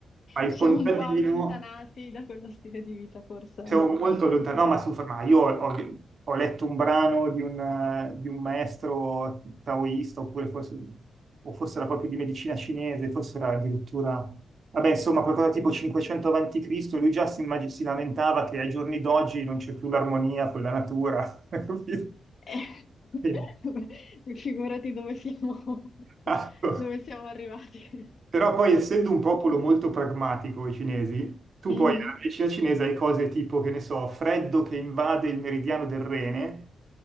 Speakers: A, on the right; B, on the left.
A: Fai il
B: Ci Siamo
A: contadino
B: un po' allontanati da quello stile di vita, forse.
A: siamo molto lontano, no, ma su, ma io ho, ho- ho letto un brano di un, di un maestro taoista, oppure forse, o forse era proprio di medicina cinese, forse era addirittura, vabbè, insomma, qualcosa tipo 500 avanti Cristo, lui già si, immag- si lamentava che ai giorni d'oggi non c'è più l'armonia con la natura, <laughs> capito?
B: Eh,
A: Quindi,
B: <laughs> Figurati dove siamo,
A: ecco.
B: dove siamo arrivati.
A: Però poi essendo un popolo molto pragmatico, i cinesi, tu
B: Mhm.
A: poi nella medicina cinese hai cose tipo, che ne so, freddo che invade il meridiano del rene,